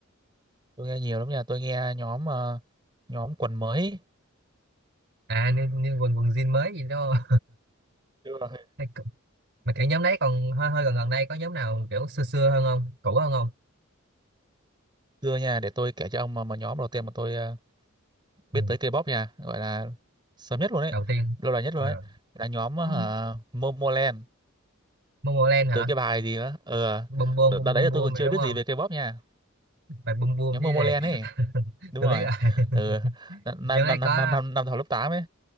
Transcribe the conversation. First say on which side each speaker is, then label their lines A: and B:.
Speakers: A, on the right; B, on the right.
A: tôi nghe nhiều lắm nha tôi nghe nhóm ờ, nhóm quần mới
B: À, như, như quần quần jean mới gì đó.
A: Chưa là hết.
B: <laughs> mà cái nhóm đấy còn hơi hơi gần gần đây có nhóm nào kiểu xưa xưa hơn không cũ hơn không
A: xưa nha để tôi kể cho ông mà, mà nhóm đầu tiên mà tôi ờ, biết
B: ừ.
A: tới K-pop nha gọi là sớm nhất luôn đấy
B: đầu tiên
A: lâu đời nhất luôn
B: ờ.
A: đấy là nhóm ờ,
B: Ừ.
A: Momoland
B: Momoland hả
A: từ cái bài gì đó ờ
B: bum bum
A: đợt
B: bum
A: đợt đấy
B: bum
A: là
B: bum
A: tôi còn chưa
B: này đúng
A: biết
B: không
A: gì về K-pop nha
B: phải bum bum
A: nhóm
B: chứ
A: Momoland
B: gì
A: ấy
B: <laughs>
A: đúng
B: tôi
A: rồi
B: biết rồi <laughs>
A: ừ năm
B: nhóm đấy
A: năm năm
B: có
A: năm năm năm học lớp 8 ấy